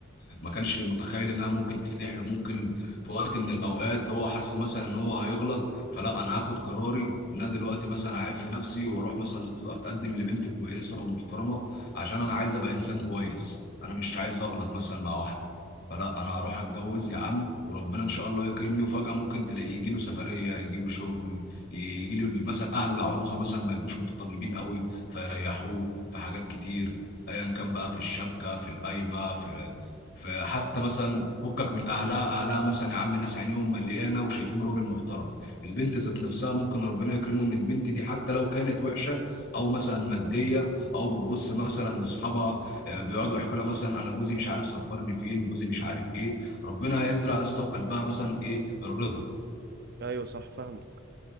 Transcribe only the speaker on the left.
ما كانش متخيل انها ممكن تفتح له ممكن في وقت من الاوقات هو حس مثلا ان هو هيغلط فلا انا هاخد قراري ان انا دلوقتي مثلا هعيب في نفسي واروح مثلا أطل- اتقدم لبنت كويسه ومحترمه عشان انا عايز ابقى انسان كويس انا مش عايز اغلط مثلا مع واحد فلا انا هروح اتجوز يا عم وربنا ان شاء الله يكرمني وفجاه ممكن تلاقيه يجي له سفريه يجي له شغل يجي له مثلا اهل العروسه مثلا ما يبقوش متطلبين قوي فيريحوه في حاجات كتير ايا كان بقى في الشبكه في القايمه في في حتى مثلا فكك من اهلها اهلها مثلا يا عم ناس عينيهم مليانه وشايفين راجل محترم البنت ذات نفسها ممكن ربنا يكرمه ان البنت دي حتى لو كانت وحشه او مثلا ماديه او بتبص مثلا لاصحابها آه، بيقعدوا يحكوا لها مثلا انا جوزي مش عارف سفرني فين جوزي مش عارف ايه ربنا هيزرع يا اسطى في قلبها مثلا ايه الرضا